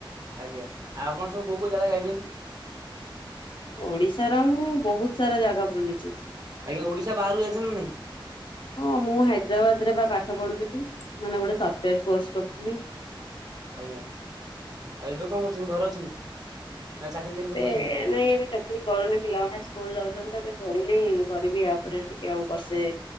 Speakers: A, on the right; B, on the left.
A: ଆଜ୍ଞା ଆଉପଣ ସୁ କଉ କୋଉ ଜାଗା ଯାଇଛନ୍ତି?
B: ଓଡିଶାର ମୁଁ ବହୁତ ସାରା ଜାଗା ବୁଲିଛି।
A: ଆଜ୍ଞା, ଓଡିଶା ବାହରକକୁ ଯାଇଛନ୍ତି ନା ନାହିଁ?
B: ହଁ ମୁଁ ହାଇଦ୍ରାବାଦରେ ବା ପାଠ ପଢୁଥିଲି ମାନେ ଗୋଟେ ସଫ୍ଟୱେର କୋର୍ସ କରୁଥିଲି।
A: ଆଜ୍ଞା, ଆଉ ଏବେ କଣ କରୁଛନ୍ତି? ଘରେ ଅଛନ୍ତି? ନା ଚାକିରି ଫାକିରି
B: ଏବେ
A: କଣ କରୁଛନ୍ତି?
B: ନାଇଁ ଏବେ ଚ କି କିଛି କରୁନି ପିଲାମାନେ ସ୍କୁଲ ଯାଉଛନ୍ତି ଏବେ ପଢନି କରିବି ପରେ ଟିକେ ଆଉ ବର୍ଷେ